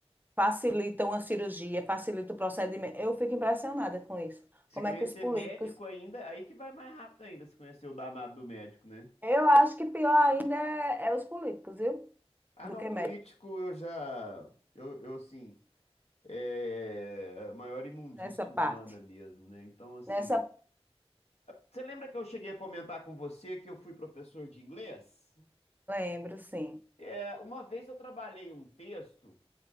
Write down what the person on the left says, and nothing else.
Se
conhecer
médico ainda, aí que vai mais rápido ainda, se conhecer o danado do médico, né?
Ah,
não,
político
eu já. Eu, eu sim. É é, a maior imundície
humana mesmo, né? Então, assim.
Você lembra que eu cheguei a comentar com você que eu fui professor de inglês?
É, uma vez eu trabalhei um texto